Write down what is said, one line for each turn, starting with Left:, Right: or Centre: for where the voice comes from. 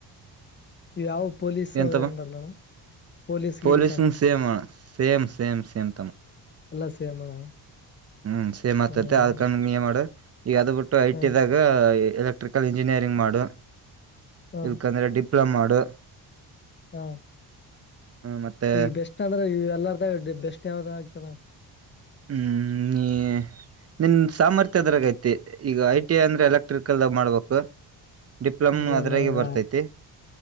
Left: ಇವು ಯಾವ ಪೊಲೀಸ್
Right: ಏನ್
Left: ಅವೆನ್
Right: ತಮ್ಮ
Left: ಬರ್ಲಣ್ಣ ಪೊಲೀಸ್ ಗೀಲಿಸ
Right: ಪೊಲೀಸಂಗ್
Left: ಅಣ್ಣ.
Right: ಸೇಮ್ ಸೇಮ್ ಸೇಮ್ ಸೇಮ್ ತಮ್ಮಾ.
Left: ಎಲ್ಲಾ ಸೇಮ್ ಅಣ್ಣ
Right: ಹ್ಮ್ ಸೇಮ ಆಕೆತೈತಿ
Left: ಹ್ಮ್
Right: ಅದಕ್ ನೀ ಏನ್ ಮಾಡ. ಈಗ ಅದು ಬಿಟ್ಟು ಐ
Left: ಹ್ಮ
Right: ಟೀ ದಾಗ ಎಲೆಕ್ಟ್ರಿಕಲ್ ಇಂಜಿನಿಯರಿಂಗ್ ಮಾಡ.
Left: ಹ್ಮ
Right: ಇಲ್ಕಂದ್ರೆ ಡಿಪ್ ಪ್ಪಳ ಮಾಡು
Left: ಹಾ
Right: ಮತ್ತೆ
Left: ಈಗ ಬೆಸ್ಟ್ ಅಂದ್ರೆ ಎಲ್ಲ ಬೆಸ್ಟ್ ಯಾವ್ದಾವ ಆಗ್ತಾನ
Right: ಹ್ಮ್ ನಿನ್ ಸಾಮರ್ಥ್ಯದರಾಗೈತಿ ಈಗ ಐ ಟಿ ಐ ಅಂದ್ರೆ ಎಲೆಕ್ಟ್ರಿಕಲ್ಾಗ ಮಾಡ್ಬೇಕು ಡಿಪ್ಲೊಮ್
Left: ಈಗ
Right: ಅದ್ರಾಗೆ
Left: ನನಗ
Right: ಬರ್ತೈತಿ